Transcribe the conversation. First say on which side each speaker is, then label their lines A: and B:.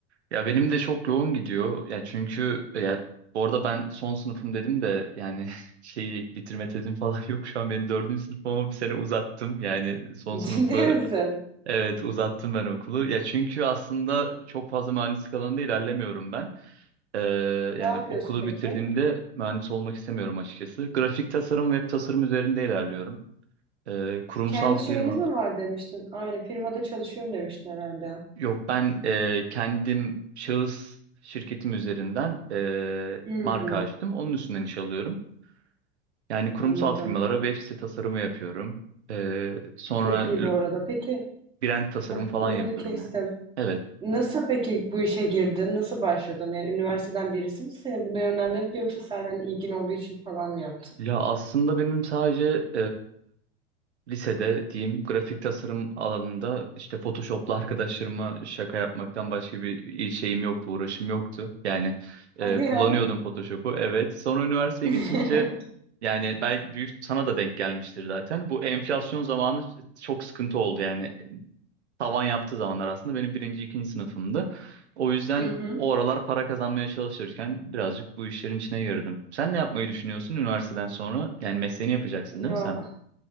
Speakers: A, on the right; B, on the right.
A: Ya benim de çok yoğun gidiyor. Ya çünkü e, ya bu arada ben son sınıfım dedim de yani <laughs> şeyi bitirme tezim falan <laughs> yok şu an. Benim dördüncü sınıfım ama bir sene uzattım. Yani son
B: <laughs>
A: sınıfı
B: Ciddi misin?
A: evet uzattım ben okulu. Ya çünkü aslında çok fazla mühendislik alanında ilerlemiyorum ben. Ee, yani
B: Ne yapıyorsun
A: okulu
B: peki?
A: bitirdiğimde mühendis olmak istemiyorum açıkçası. Grafik tasarım, web tasarım üzerinde ilerliyorum. Ee, kurumsal
B: Kendi
A: firma
B: şeyiniz mi var demiştin? Aynı firmada çalışıyorum demiştin herhalde.
A: Yok ben e, kendim şahıs şirketim üzerinden e,
B: Hmm,
A: marka açtım. Onun üstünden iş alıyorum. Yani kurumsal
B: anladım.
A: firmalara web site tasarımı yapıyorum. E, sonra
B: Çok iyi
A: l-
B: bu arada. Peki
A: brand tasarımı
B: laf-
A: falan
B: lafını
A: yapıyorum
B: kestim.
A: yani. Evet.
B: Nasıl peki bu işe girdin? Nasıl başladın? Yani üniversiteden birisi mi seni buna yönlendirdi yoksa sen hani ilgin olduğu için falan mı yaptın?
A: Ya aslında benim sadece lisede diyeyim grafik tasarım alanında işte Photoshop'la arkadaşlarıma şaka yapmaktan başka bir şeyim yoktu, uğraşım yoktu. Yani e,
B: Hadi
A: kullanıyordum
B: ya.
A: Photoshop'u evet. Sonra üniversiteye
B: <laughs>
A: geçince yani belki büyük sana da denk gelmiştir zaten. Bu enflasyon zamanı çok sıkıntı oldu yani. Tavan yaptığı zamanlar aslında benim birinci, ikinci sınıfımdı. O yüzden
B: Hı hı.
A: o aralar para kazanmaya çalışırken birazcık bu işlerin içine girdim. Sen ne yapmayı düşünüyorsun üniversiteden sonra? Yani mesleğini yapacaksın
B: Ya
A: değil mi sen?